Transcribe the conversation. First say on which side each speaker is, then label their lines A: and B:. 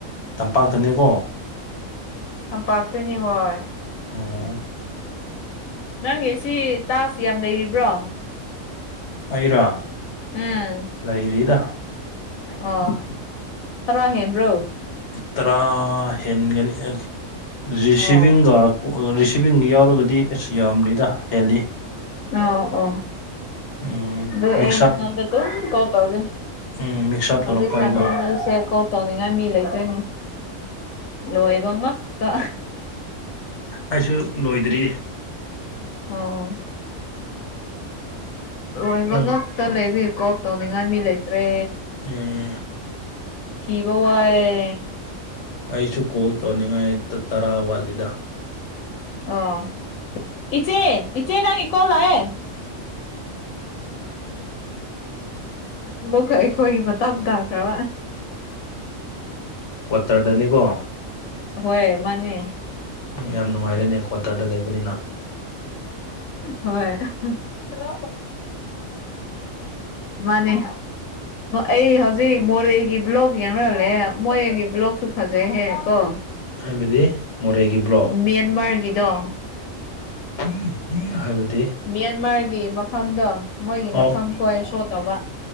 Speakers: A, on the left (about 60°); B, on the left (about 85°).
A: ꯇꯝꯄꯥꯛꯇꯅꯦꯀꯣ
B: ꯇꯝꯄꯥꯥꯛꯇꯅꯤ ꯍꯣꯏ
A: ꯑꯣ
B: ꯅꯪꯒꯤ ꯁꯤ ꯇꯥꯛꯁ ꯌꯥꯝ ꯂꯩꯔꯤꯕ꯭ꯔꯣ
A: ꯑꯩꯔꫭ
B: ꯎꯝ
A: ꯂꯩꯔꯤꯗ
B: ꯑꯣ ꯇꯔꯥ ꯍꯦꯟꯕ꯭ꯔꫭ
A: ꯇꯔꯥ ꯍꯦꯟꯒꯅꯤ ꯔꯤꯁꯤꯚꯤꯡꯒ
B: ꯑꯣ
A: ꯔꯤꯁꯤꯚꯤꯡ ꯌꯥꯎꯔꯒꯗꯤ ꯑꯁ ꯌꯥꯝꯔꯤꯗ ꯍꯦꯜꯂꯤ
B: ꯑꯣ ꯑꯣ
A: ꯎꯝ
B: ꯑꯗꯨ
A: ꯃꯤꯛꯁ
B: ꯑꯩ ꯅꯪꯉꫭꯟꯗ
A: ꯑꯞ
B: ꯑꯗꯨꯝ ꯀꫭꯜ ꯇꯧꯒꯦ
A: ꯎꯝ ꯃꯤꯛꯁ ꯑꯞ
B: ꯍꯧꯖꯤꯛ
A: ꯇꯧꯔꯛꯄ
B: <unintelligible>
A: ꯑꯩꯗꯣ
B: ꯇꯧꯅꯤꯡꯉꯥꯏ ꯃꯤ ꯂꯩꯇ꯭ꯔꯦꯅꯤ ꯂꯣꯏꯕ ꯉꯥꯛꯇ
A: ꯑꯩꯁꯨ ꯂꯣꯏꯗ꯭ꯔꯤ
B: ꯑꯣ ꯂꫭꯏꯕ
A: ꯅꯪ
B: ꯉꯥꯛ ꯇ ꯂꯩꯕꯒꯤ ꯀꯣꯜ ꯇꯧꯅꯤꯡꯉꯥꯏ ꯃꯤ ꯂꯩꯇ꯭ꯔꯦ
A: ꯎꯝ
B: ꯊꯤꯕꯥ ꯋꯥꯏꯌꯦ
A: ꯑꯩꯁꯨ ꯀꯣꯜ ꯇꯧꯅꯤꯡꯉꯥꯏ ꯇꯔꯥ ꯋꯥꯠꯂꯤꯗ
B: ꯑꯣ ꯏꯆꯦ ꯏꯆꯦ ꯅꯪꯒꯤ ꯀꯣꯜ ꯂꯥꯛꯑꯦ ꯑꯃꯨꯛ ꯑꯩꯈꯣꯏꯒꯤ ꯃꯇꯝ ꯇꯥꯈ꯭ꯔꯕ
A: ꯀ꯭ꯋꯥꯇꯔꯗꯅꯤꯀꯣ
B: ꯍꯣꯏ ꯃꯥꯅꯦ
A: ꯎꯝ ꯌꯥꯝ ꯅꯨꯡꯉꯥꯏꯔꯦꯅꯦ ꯀ꯭ꯋꯥꯇꯔꯗ ꯂꯩꯕꯅꯤꯅ
B: ꯍꯣꯏ ꯍꯜꯂꯣ ꯃꯥꯅꯦ ꯑꯩ ꯍꯧꯖꯤꯛ ꯃꯣꯔꯦꯒꯤ ꯕ꯭ꯂꯣꯛ ꯌꯦꯡꯔꯂꯦ ꯃꯣꯔꯦꯒꯤ ꯕ꯭ꯂꯣꯛꯁꯨ ꯐꯖꯩꯍꯦ ꯀꯣ
A: ꯍꯥꯏꯕꯗꯤ ꯃꯣꯔꯦꯒꯤ ꯕ꯭ꯂꯣꯛ
B: ꯃꯦꯟꯃꯥꯔꯒꯤꯗꯣ
A: <inaudible> ꯍꯥꯏꯕꯗꯤ
B: ꯃꯦꯟꯃꯥꯔꯒꯤ ꯃꯐꯝꯗꯣ ꯃꯣꯏꯒꯤ
A: ꯑꯣ
B: ꯃꯐꯝ ꯈꯣꯏ ꯁꯣ ꯇꯧꯕ